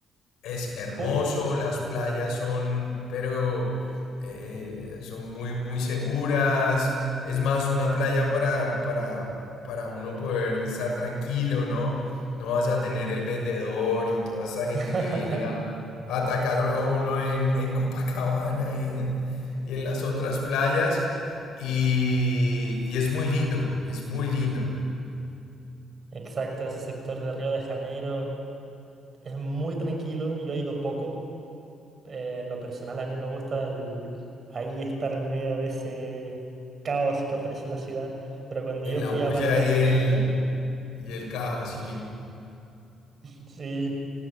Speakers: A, on the left (about 85°); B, on the right (about 45°).
A: es hermoso,
B: Uy.
A: las playas son, pero eh, son muy, muy seguras. Es más, una playa para, para, para uno poder estar tranquilo, ¿no? No vas a tener el vendedor y toda esa gente
B: <laughs>
A: que viene a, a atacarlo a uno en, en Copacabana y en, y en las otras playas. Y, y es muy lindo, es muy lindo.
B: Exacto, ese sector de Río de Janeiro es muy tranquilo, yo he ido poco. Eh, en lo personal a mí me gusta el- ahí estar en medio de ese caos que ofrece la ciudad. Pero cuando
A: En
B: yo
A: la
B: fui
A: bulla
B: a Paratachiyuca,
A: y el, y el caos, sí.
B: <laughs> sí,